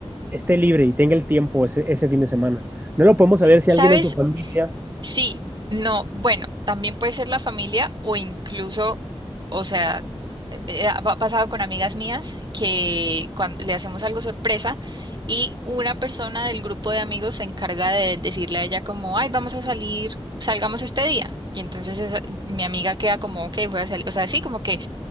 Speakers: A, on the right; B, on the right.
A: esté libre y tenga el tiempo ese, ese fin de semana. No lo podemos saber si
B: ¿Sabes?
A: alguien en su familia
B: Sí, no, bueno, también puede ser la familia o incluso, o sea, eh, eh, ha ha pasado con amigas mías que cuando le hacemos algo sorpresa y una persona del grupo de amigos se encarga de decirle a ella como, ay, vamos a salir, salgamos este día. Y entonces esa- mi amiga queda como, ok, voy a salir. O sea, sí, como que